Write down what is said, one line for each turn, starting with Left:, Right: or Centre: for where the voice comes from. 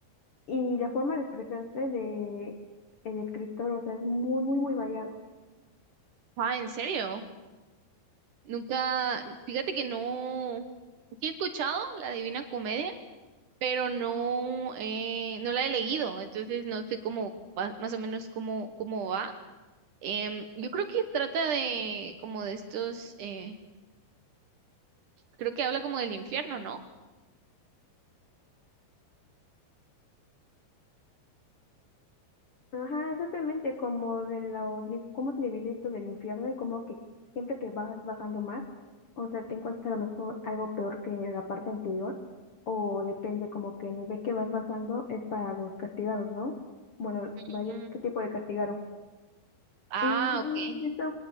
Left: y la forma de expresarse de el escritor, o sea, es muy, muy, muy variado.
Right: Ah, ¿en serio? Nunca, fíjate que no, sí he escuchado la Divina Comedia, pero no, eh, no la he leído, entonces no sé cómo va- más o menos cómo, cómo va. Em, yo creo que trata de como de estos, eh, creo que habla como del infierno, ¿no?
Left: Ajá, exactamente como de la, cómo se divide esto del infierno y como que siempre que vas bajando más, o sea, te encuentras a lo mejor algo peor que la parte anterior, o depende como que el nivel que vas bajando es para los castigados, ¿no? Bueno,
Right: Mm,
Left: vaya, ¿qué tipo de castigado?
Right: Ah,
Left: Y
Right: ok.
Left: sí, está